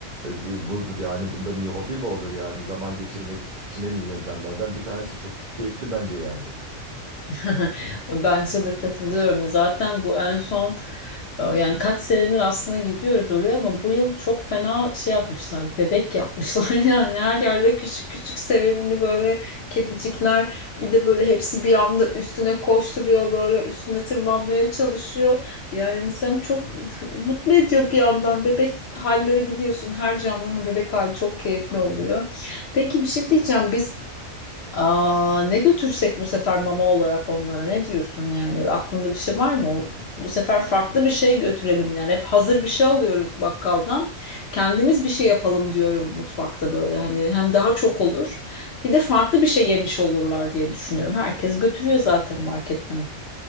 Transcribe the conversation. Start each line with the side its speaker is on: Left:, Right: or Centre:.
Right: E, Bu yani bundan iyi hobi mi olur yani zaman geçirmek için en iyi yöntemlerden bir tanesi çok keyifli bence yani.
Left: <laughs> Bence de katılıyorum. Zaten bu en son Yani kaç senedir aslında gidiyoruz oraya ama bu yıl çok fena şey yapmışlar. Bebek yapmışlar <laughs> yani her yerde küçük küçük sevimli böyle kedicikler. Bir de böyle hepsi bir anda üstüne koşturuyor böyle üstüne tırmanmaya çalışıyor. Yani insanı çok mutlu ediyor bir yandan. Bebek halleri biliyorsun her canlının bebek hali çok keyifli oluyor. Peki bir şey diyeceğim. Biz Aa, ne götürsek bu sefer mama olarak onlara ne diyorsun yani aklında bir şey var mı? Bu sefer farklı bir şey götürelim yani hep hazır bir şey alıyoruz bakkaldan kendimiz bir şey yapalım diyorum mutfakta böyle hani hem daha çok olur bir de farklı bir şey yemiş olurlar diye düşünüyorum herkes götürüyor zaten marketten.